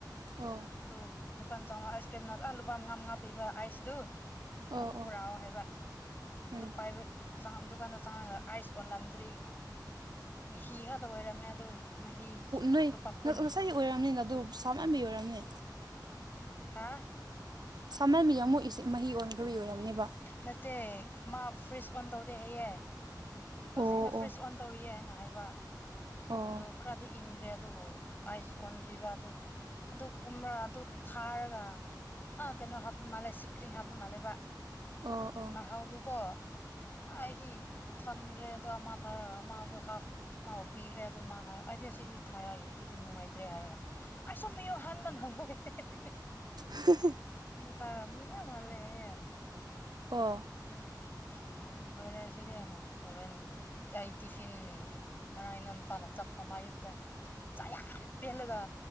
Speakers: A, on the right; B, on the left.
A: ꯑꯣ
B: ꯑꯗꯨ ꯗꯨꯀꯥꯟ ꯆꯥꯎꯉ ꯑꯥꯏꯁ ꯀ꯭ꯔꯤꯝ <unintelligible> ꯂꯨꯄꯥ ꯃꯉꯥ ꯃꯉꯥ ꯄꯤꯕ ꯑꯥꯏꯁꯗꯨ
A: ꯑꯣ
B: ꯑꯗꯨ
A: ꯑꯣ
B: ꯄꯨꯔꯛꯑꯣ ꯍꯥꯏꯕ ꯑꯗꯨ
A: ꯎꯝ
B: ꯄꯥꯏꯕ ꯆꯪ ꯗꯨꯀꯥꯟꯗ ꯆꯪꯉꯒ ꯑꯥꯏꯁ ꯑꯣꯜꯂꯝꯗ꯭ꯔꯤ ꯃꯍꯤ ꯈꯛꯇ ꯑꯣꯏꯔꯝꯃꯦ ꯑꯗꯣ ꯃꯍꯤ
A: ꯅꯣꯏ
B: ꯂꯨꯄꯥ ꯀꯨꯟꯒꯤ
A: ꯉꯁꯥꯏꯒꯤ ꯑꯣꯏꯔꯝꯅꯤꯅ ꯑꯗꯨ ꯁꯥꯃꯟꯕꯤ ꯑꯣꯏꯔꯝꯅꯤ
B: ꯍꯥ
A: ꯁꯥꯃꯝꯕꯩ ꯑꯃꯨꯛ ꯏꯁ ꯃꯍꯤ ꯑꯣꯟꯈ꯭ꯔꯕꯩ ꯑꯣꯏꯔꯝꯅꯦꯕ
B: ꯅꯠꯇꯦ ꯃꯥ ꯐ꯭ꯔꯤꯖ ꯑꯣꯟ ꯇꯧꯗꯦ ꯍꯥꯏꯌꯦ ꯍꯧꯖꯤꯛꯀꯤꯅ
A: ꯑꯣ
B: ꯐ꯭ꯔꯤꯖ
A: ꯑꯣ
B: ꯑꯣꯟ ꯇꯧꯔꯤꯌꯦꯅ ꯍꯥꯏꯅ
A: ꯑꯣ
B: ꯍꯏꯕꯥ ꯈꯔꯗꯤ ꯏꯪꯈ꯭ꯔꯦ ꯑꯗꯨꯕꯨ ꯑꯥꯏꯁ ꯑꯣꯟꯗ꯭ꯔꯤꯕ ꯑꯗꯨ ꯑꯗꯨ ꯀꯨꯝꯔ ꯑꯗꯨ ꯊꯥꯔꯒ ꯑꯥ ꯀꯩꯅꯣ ꯍꯥꯞ ꯃꯥꯜꯂꯦꯁꯤ ꯀ꯭ꯔꯤ ꯍꯥꯞꯄ ꯃꯥꯜꯂꯦꯕ
A: ꯑꯣ ꯑꯣ ꯑꯣ ꯑꯣ
B: ꯎꯃꯍꯥꯎꯗꯨꯀꯣ ꯑ ꯑꯩꯗꯤ ꯊꯥꯅꯤꯡꯗ꯭ꯔꯦꯗ ꯃꯥ ꯊꯥꯔ ꯑꯃ ꯑꯗꯨ ꯍꯥꯐ ꯃꯥꯕꯨ ꯄꯤꯈ꯭ꯔꯦ ꯑꯗꯨ ꯃꯥ ꯑꯩꯗꯤ ꯑꯁꯤꯗꯤ ꯊꯥꯔꯛꯑꯒꯦ ꯄꯨꯗꯨ ꯅꯨꯡꯉꯥꯏꯗ꯭ꯔꯦ ꯍꯥꯏꯔꯒ ꯑꯩꯁꯨ ꯃꯤꯌꯨꯝ <unintelligible>
A: <unintelligible>
B: ꯑꯗ ꯊꯥꯔꯥꯝ ꯃꯤ ꯃꯌꯥꯝ ꯍꯟꯂꯦ ꯍꯥꯏꯌꯦ
A: ꯑꯣ
B: ꯎꯝ ꯂꯣꯏꯔꯦ ꯑꯁꯤꯗꯤ ꯍꯥꯏꯅ ꯍꯣꯔꯦꯟ ꯑꯩ ꯇꯤꯐꯤꯟ ꯉꯔꯥꯡꯅ ꯅꯨꯄꯥꯅ ꯆꯥꯛ ꯊꯣꯡꯕꯥ ꯑꯥꯌꯨꯛꯇ ꯆꯥꯛ ꯌꯥꯝ ꯄꯦꯜꯂꯒ